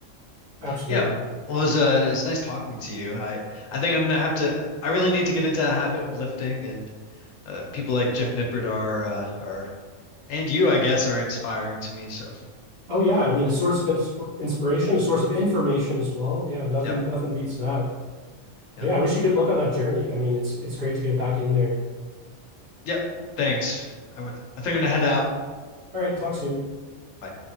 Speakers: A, on the right; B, on the left.
A: Absolutely.
B: Yeah. Well, it was, uh, it nice talking to you. I, I think I'm gonna have to. I really need to get into a habit of lifting, and uh, people like Jeff Nippert are, uh, are, and you, I guess, are inspiring to me. So,
A: Oh yeah, I mean a source of insp inspiration, a source of information as well. Yeah, nothing
B: yep,
A: nothing beats that.
B: yep,
A: But yeah, I wish you good luck on that journey. I mean, it's it's great to get back in there.
B: yep. Thanks. I'm, I think I'm gonna head out.
A: All right, talk soon.
B: Bye.